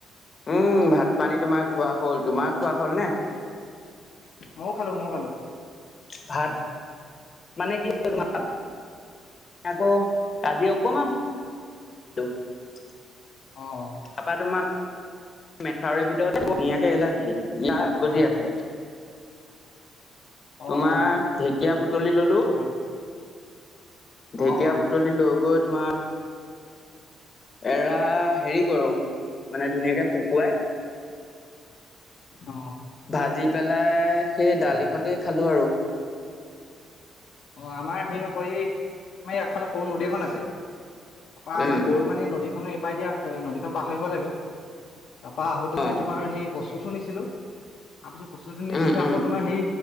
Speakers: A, on the left; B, on the left.
A: উম ভাত পানী তোমাৰ খোৱা হল তোমাৰ খোৱা হল নে
B: মও খালো মও খালো
A: ভাত মানে কি তোম আকৌ জিওক কমা <unintelligible>
B: অ', অ',
A: তাপা তোমাৰ মেথাউৰ ভিতৰত ধুনীয়াকে এলা ঢেকীয়া
B: হয়।
A: গজি আছে
B: অ',
A: তোমাৰ ঢেকীয়া বুটলি ললো
B: অ', অ',
A: ঢেকীয়া
B: অ',
A: বুতলি লৈ গৈ তোমাৰ এৰা হেৰি কৰো মানে ধুনীয়াকে শুকুৱাই
B: অ',
A: ভাজি পেলাই সেই দালি
B: হয়
A: ভাতে খালো আৰু
B: অ আমাৰ সেই আকৌ এই আমাৰ আগফালে সৰু নদী এখন আছে তাপা
A: উম
B: আমাৰ গৰু মানে নদীখনো এপাৰই দিয়া আছে নদীখন পাহৰিব লাগে তাৰপা আহোতেনে
A: অ
B: তোমাৰ সেই কচুঠো নিছিলো তাৰপিছত কচুথো নিছিলো
A: উম উম
B: আকৌ তোমাৰ সেই